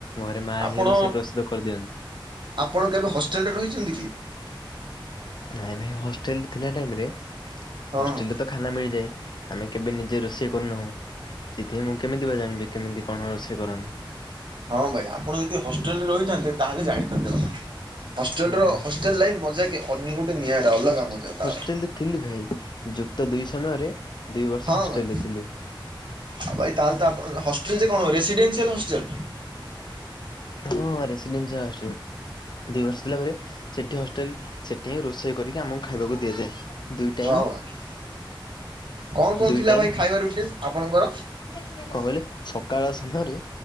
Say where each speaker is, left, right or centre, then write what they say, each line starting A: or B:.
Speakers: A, on the left; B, on the right.
A: ଘରେ ମାଆ
B: ଆପଣ
A: ହିଁ ରୋଷେଇ ପ୍ରସ୍ତୁତ କରିଦିଅନ୍ତି।
B: ଆପଣ କେବେ ହଷ୍ଟେଲରେ ରହିଚନ୍ତି କି?
A: ନାଇଁ ଭାଇ ହଷ୍ଟେଲରେ ଥିଲା ଟାଇମରେ
B: ହଁ
A: ହଷ୍ଟେଲରେ
B: ହଁ
A: ତ ଖାନା ମିଳିଯାଏ ଆମେ କେବେ ନିଜେ ରୋଷେଇ କରୁନାହୁଁ। ସେଥିପାଇଁ ମୁଁ କେମିତି ବା ଜାଣିବି କେମିତି କଣ ରୋଷେଇ କରନ୍ତି?
B: ହଁ ଭାଇ ଆପଣ ଯଦି ହଷ୍ଟେଲ ରେ ରହିଥାନ୍ତେ ତାହେଲେ ଜାଣିଥାନ୍ତେ। ହଷ୍ଟେଲ
A: ହୁଁ
B: ର ହଷ୍ଟେଲ ଲାଇଫ ମଜା ଅ ଗୋଟେ ନିଆରା ଅଲଗା
A: ହଷ୍ଟ୍
B: ମଜା
A: ହଷ୍ଟେଲରେ
B: ତାର।
A: ଥିଲି ଭାଇ ଯୁକ୍ତ ଦୁଇ ସମୟରେ ଦି ବର୍ଷ
B: ହଁ
A: ହଷ୍ଟଲରେ
B: ଭାଇ
A: ଥିଲି।
B: ଆଉ ଭାଇ ତାହେଲେ ତ ଆପଣ ହଷ୍ଟେଲ ଯେ କଣ ରେସିଡେନ୍ସିଆଲ ହଷ୍ଟେଲ?
A: ହଁ ରେସିଡେନସିଆଲ ହଷ୍ଟେଲ ରେ ଦି ବର୍ଷ ଲା ପରେ ସେଠି ହଷ୍ଟେଲ ସେଠି ହିଁ ରୋଷେଇ କରିକି ଆମକୁ ଖାଇବାକୁ ଦିଆଯାଏ। ଦୁଇ ଟାଇମ୍
B: ହଁ ଭାଇ। କଣ କଣ
A: ଦୁଇ
B: ଥିଲା
A: ଟାଇମ୍
B: ଭାଇ ଖାଇବା ରୁଟିନ୍ ଆପଣଙ୍କର?
A: କଣ କହିଲେ, ସକାଳ ସମୟ ରେ